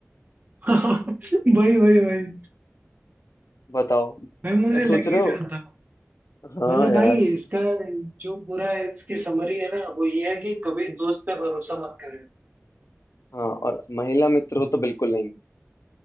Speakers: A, on the right (about 35°); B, on the left (about 80°).
A: <laughs> भाई भाई भाई
B: बताओ
A: भाई मुझे
B: अब
A: लग
B: सोच रहे
A: ही
B: हो
A: रहा था
B: हाँ
A: मतलब भाई
B: यार
A: इसका जो पूरा इसकी समरी है ना वो ये है कि कभी दोस्त पे भरोसा मत करें
B: हाँ और महिला मित्र हो तो बिल्कुल नहीं